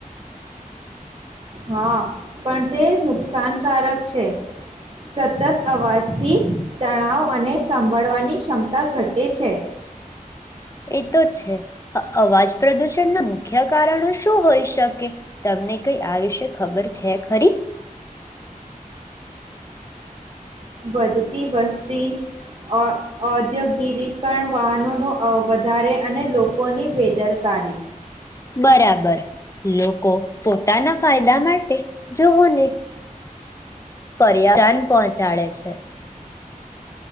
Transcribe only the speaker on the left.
એ તો છે, અ અવાજ પ્રદુષણ ના મુખ્ય કારણો શું હોઈ શકે, તમને કઈ આ વિશે ખબર છે ખરી?
બરાબર લોકો પોતાના ફાયદા માટે <unintelligible> પર્યા <unintelligible> પહોંચાડે છે.